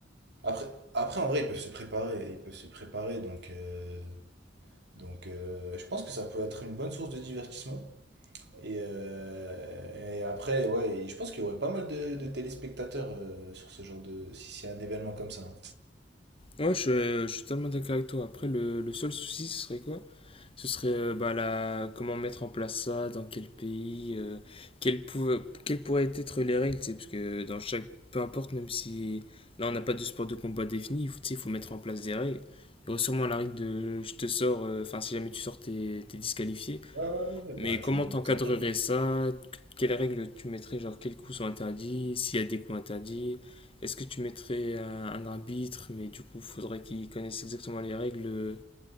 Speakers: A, on the right; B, on the left.
A: après, après, en vrai, ils peuvent se préparer. Ils peuvent se préparer, donc. euh, donc, euh, je pense que ça peut être une bonne source de divertissement. Et, euh, et après, ouais, et je pense qu'il y aurait pas mal de, de téléspectateurs euh, sur ce genre de. Si c'est un événement comme ça.
B: Ouais, je, je suis totalement d'accord avec toi. Après, le, le seul souci, ce serait quoi Ce serait euh, bah, la... comment mettre en place ça, dans quel pays, euh, quelles, pouva- quelles pourraient être les règles, tu sais, parce que dans chaque... Peu importe, même si là on n'a pas de sport de combat défini, il faut, tu sais, il faut mettre en place des règles. Il y aurait sûrement la règle de je te sors, euh, enfin si jamais tu sors, t'es t'es disqualifié.
A: Ouais, ouais, ouais, bah
B: Mais
A: tu
B: comment
A: mets dans
B: t'encadrerais
A: un ring,
B: ça? Quelles règles tu mettrais, genre quels coups sont interdits, s'il y a des coups interdits? Est-ce que tu mettrais un, un arbitre, mais du coup faudrait qu'il connaisse exactement les règles euh,